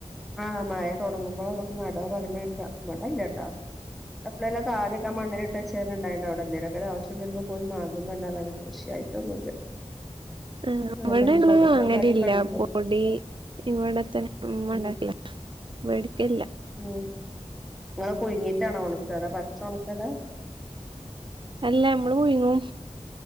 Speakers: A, in the centre; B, on the right.
A: ആഹ് മഴ തൊടങ്ങുമ്പോ നടാ പർഞ്ഞേക്ക ബടല്ലട്ടാ എപ്പളേലൊക്കെ ആദ്യൊക്കെ ആ മണ്ണില്ട്ടച്ചേന്നെന്ണ്ടായിണവടെ എന്തേലൊക്കൊരാവശ്യം വരുമ്പോ പോയി മാന്തും ന്നല്ലാതെ കൃഷിയായിട്ടൊന്നുല്ല.
B: ആഹ്
A: അവിടൊന്നും
B: ഇവടെ ഞങ്ങള്
A: തൊടൂല
B: വാങ്ങലില്ല
A: അവിടെടൊക്കെ ഉണ്ട്
B: പൊടി ഇവടെത്തെന്നെ <unintelligible> ഇമ്മ
A: ഉം
B: ണ്ടാക്കല വെടിക്കേല്ല.
A: ഉം നിങ്ങള് പുഴിങ്ങിട്ടാണോ ഒണക്ക അതോ പ ച്ചൊണക്കല.
B: അല്ല അമ്മള് പുയിങ്ങും.